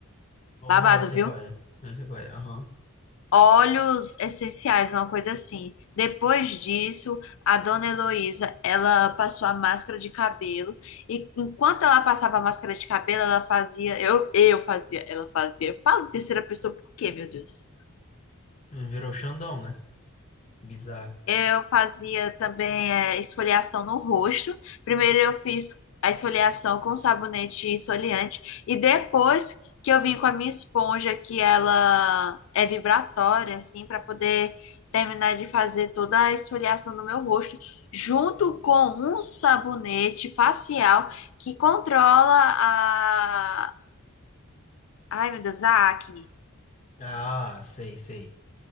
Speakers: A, on the left (about 30°); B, on the left (about 60°).
A: Porra,
B: Babado,
A: eu sei
B: viu?
A: qual é. Eu sei qual é. Aham.
B: óleos essenciais, uma coisa assim. Depois disso, a dona Heloísa, ela passou a máscara de cabelo e enquanto ela passava a máscara de cabelo, ela fazia, eu, eu fazia, ela fazia. Eu falo em terceira pessoa por quê, meu Deus?
A: Virou Xandão, né? Bizarro.
B: Eu fazia também é, esfoliação no rosto. Primeiro eu fiz a esfoliação com sabonete esfoliante e depois que eu vim com a minha esponja que ela é vibratória assim para poder terminar de fazer toda a esfoliação do meu rosto junto com um sabonete facial que controla a ai meu Deus, a acne.
A: Ah, sei, sei.